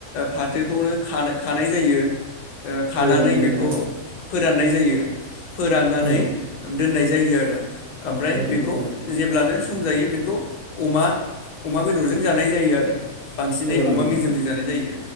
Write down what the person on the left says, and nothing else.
फाथोखौनो खाना खानाय जायो ओ खानानै
बेखौ
फोराननाय जायो फोराननानै
दोननाय जायो आरो ओ ओमफ्राय
बेखौ
जेब्लानो खम जायो बेखौ अमा अमा बेदरजों जानाय जायो आरो बांसिनै
अमा
मेजेमजों
जानाय जायो